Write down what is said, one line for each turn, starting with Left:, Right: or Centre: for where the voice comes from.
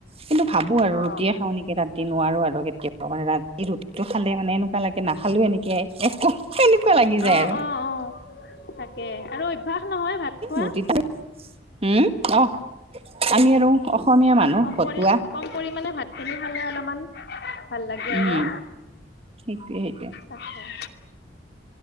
Right: কিন্তু ভাবো আৰু
Left: অ
Right: ৰুটিয়ে খাওঁ নেকি তাত কে নোৱাৰো আৰু কেতিাবা মানে ৰাতি ৰুটিটো খালে মানে এনেকুৱা লাগে নখালেও এ একোকে সেনেকুৱা লাগি যায়
Left: অ
Right: আৰু
Left: অ অ তাকে আৰু অভ্যাস নহয় ভাত খোৱা
Right: ৰুটটো উম অ আমি আৰু অসমীয়া মানুহ
Left: কম
Right: ভতুৱা
Left: কৰি কম পৰিমানে ভাত খিনি খালে অলপমান ভাল লাগে আৰু
Right: উম সেইটোয়ে সেইটোয়ে
Left: তাকে